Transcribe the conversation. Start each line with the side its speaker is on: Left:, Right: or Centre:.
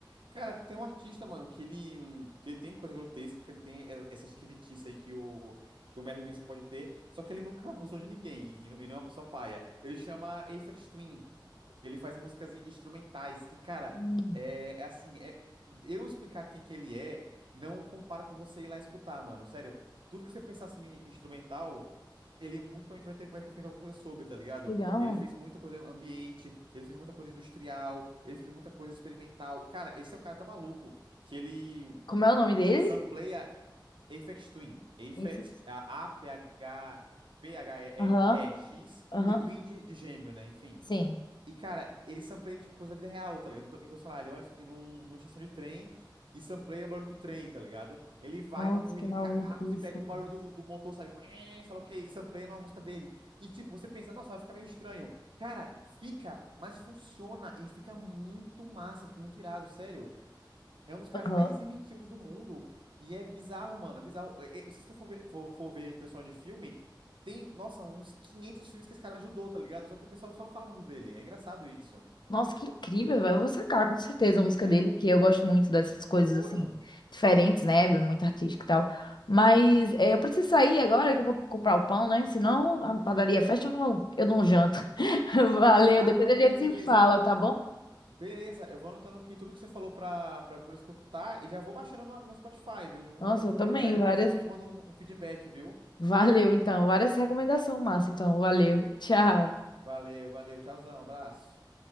Right: Cara, tem um artista, mano, que ele, hum, que ele tem coisa grotesca, ele tem e- essa esquisitice aí que o, que o Merlin Manson pode ter, só que ele nunca <laughs> abusou de ninguém, e não e não é uma pessoa paia. Ele chama Aphex Twin, ele faz músicas i- instrumentais, e cara,
Left: Hum,
Right: é, é assim, é, eu explicar quem que ele é, não compara com você ir lá escutar, mano, sério. Tudo que você pensar assim em instrumental ele muito provavelmente vai ter, vai ter feito alguma coisa sobre, tá ligado?
Left: legal.
Right: Ele fez muita coisa ambiente, ele fez muita coisa industrial, ele fez muita coisa experimental. Cara, esse é um cara tão maluco que ele
Left: Como é o nome dele?
Right: sampleia Aphex Twin, Aphex
Left: Enfis.
Right: A- A-P-H. P-H-E-E-X
Left: Aham,
Right: e E X
Left: aham.
Right: e Twin de, de gêmeo, né? Enfim.
Left: Sim.
Right: E, cara, ele sampleia, tipo, coisa da vida real, tá ligado? Então, então, sei lá, ele vai em num- numa estação de trem e sampleia o barulho do trem, tá ligado? Ele vai
Left: Nossa,
Right: numa corrida
Left: que maluquice.
Right: de carros e pega o barulho do, do motor, sabe? Um, eh, sei lá o que, e sampleia numa música dele. E, tipo, você pensa, nossa, vai ficar meio estranho. Cara, fica, mas funciona e fica muito massa, fica muito irado, sério. É um dos caras
Left: Aham.
Right: mais inventivos do mundo. E é bizarro, mano. É bizarro. É- é- se você for ver, for, for ver trilha sonora de filme, tem, nossa, uns 500 filmes que esse cara ajudou, tá ligado? Só que o pessoal só não fala muito dele. É engraçado isso,
Left: Nossa, que incrível, velho. Eu vou sacar com certeza a música
Right: né?
Left: dele,
Right: É Uma
Left: porque eu gosto muito dessas coisas
Right: Loucura.
Left: assim, diferentes, né? É Muito artística e tal. Mas é, eu preciso sair agora que eu vou comprar o pão, né? Senão a padaria fecha, eu não, eu não janto. <laughs> Valeu,
Right: Ah,
Left: depois
Right: não,
Left: a
Right: beleza,
Left: gente se
Right: beleza.
Left: fala, tá bom?
Right: Beleza, eu vou anotando aqui tudo que você falou pra, pra, pra eu escutar e já vou baixando no, no Spotify, viu? Num-
Left: Nossa, eu também,
Right: Aí depois
Left: várias.
Right: eu te eu te mando um, um feedback, viu?
Left: Valeu, então. Várias recomendações, massa. Então, valeu. Tchau.
Right: Valeu, valeu. Tchauzão, abraço.